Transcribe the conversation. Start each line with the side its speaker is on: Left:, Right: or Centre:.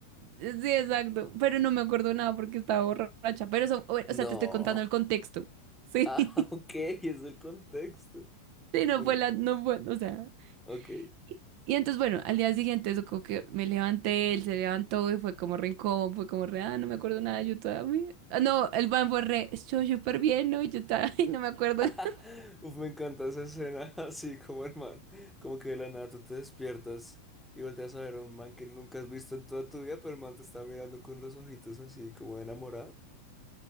Right: sí, exacto, pero no me acuerdo nada porque estaba borracha, pero eso, o o sea,
Centre: No.
Right: te estoy contando el contexto, <laughs> sí.
Centre: Ah, <laughs> ok, es el contexto.
Right: Sí,
Centre: Fui,
Right: no fue la, no fue, o sea.
Centre: ok.
Right: Y, y entonces, bueno, al día siguiente, eso como que me levanté, él se levantó y fue como re incómodo, fue como re, ah, no me acuerdo nada, yo todavía. Ah, no, el man fue re, estoy súper bien, ¿no? Y yo estaba, ay, <laughs> no me acuerdo
Centre: <laughs>
Right: <laughs>
Centre: Uf, me encanta esa escena, <laughs> así como el man, como que de la nada tú te despiertas y volteas a ver a un man que nunca has visto en toda tu vida, pero el man te está mirando con los ojitos así como de enamorado.